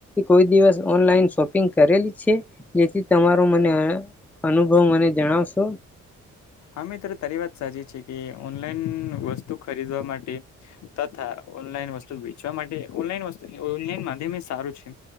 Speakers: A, in the centre; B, on the left.
A: કોઈ દિવસ ઓનલાઈન શોપિંગ કરેલી છે? જેથી તમારું મને અનુભવ મને જણાવશો?
B: અમિત તારી વાત સાચી છે કે ઓનલાઈન વસ્તુ ખરીદવા માટે તથા ઓનલાઈન વસ્તુ વેચવા માટે, ઓનલાઇન વસ્ ઓનલાન માધ્યમે સારું છે.